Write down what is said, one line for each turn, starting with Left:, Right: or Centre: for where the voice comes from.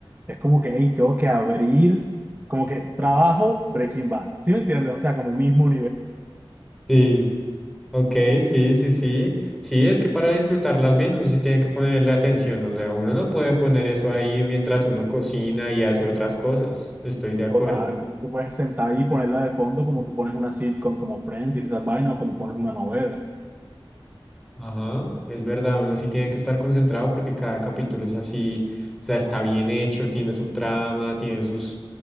Right: Es como que, hey, tengo que abrir, como que trabajo Breaking Bad, ¿sí me entiendes? O sea, como mismo
Centre: sí. Ok, sí, sí, sí. Sí, es que para disfrutarlas bien uno sí tiene que ponerle atención, o sea, uno no puede poner eso ahí mientras uno cocina y hace otras cosas, estoy de acuerdo.
Right: Total, tú tú puedes sentar ahí y ponerla de fondo como tú pones una sitcom como Friends y esas vainas o como pones una novela.
Centre: Ajá, es verdad, uno sí tiene que estar concentrado porque cada capítulo es así, o sea, está bien hecho, tiene su trama, tiene sus